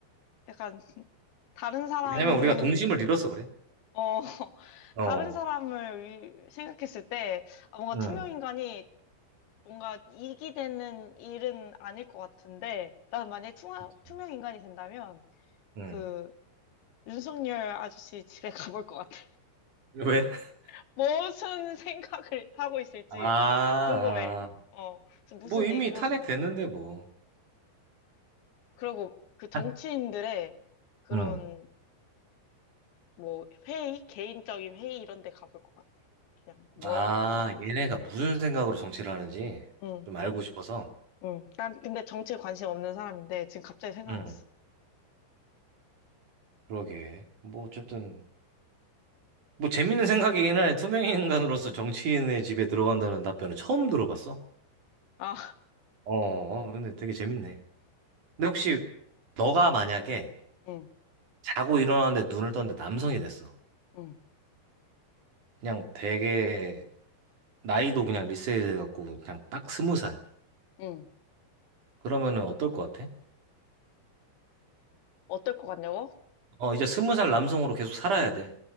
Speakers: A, on the left; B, on the right.
A: 약간 다른 사람,
B: 왜냐면 우리가 동심을 잃어서 그래.
A: 어, <laughs>
B: 어.
A: 다른 사람을 위- 생각했을 때 아, 뭔가
B: 응.
A: 투명 인간이 뭔가 이익이 되는 일은 아닐 것 같은데 난 만약에 투명,
B: 그치.
A: 투명 인간이 된다면
B: 응.
A: 그 윤석열 아저씨 집에 <laughs> 가볼 것 같아.
B: 왜? <laughs>
A: <laughs> 무슨 생각을 하고 있을지
B: 아,
A: 궁금해.
B: 아.
A: 어, 그래서 무슨
B: 뭐 이미
A: 얘기를
B: 탄핵됐는데
A: 하고.
B: 뭐.
A: 그리고 그 정치인들의
B: 한.
A: 그런
B: 응.
A: 뭐 회의, 개인적인 회의 이런 데 가볼 것 같아. 그냥 뭘
B: 아,
A: 하고 있는지.
B: 얘네가 무슨 생각으로 정치를 하는지
A: 응,
B: 좀 알고 싶어서.
A: 응. 난 근데 정치에 관심 없는 사람인데 지금 갑자기 생각났어.
B: 응. 그러게. 뭐 어쨌든 뭐 재밌는 생각이긴 하네. 투명 인간으로서
A: 응,
B: 정치인의 집에 들어간다는 답변은 처음 들어봤어.
A: 아, <laughs>
B: 어, 어, 근데 되게 재밌네. 근데 혹시 너가 만약에
A: 응,
B: 자고 일어나는데 눈을 떴는데 남성이 됐어.
A: 응,
B: 그냥 되게 나이도 그냥 리셋해갖고 그냥 딱 스무 살.
A: 응.
B: 그러면은 어떨 것 같아?
A: 어떨 것 같냐고?
B: 어, 이제 스무 살 남성으로 계속 살아야 돼.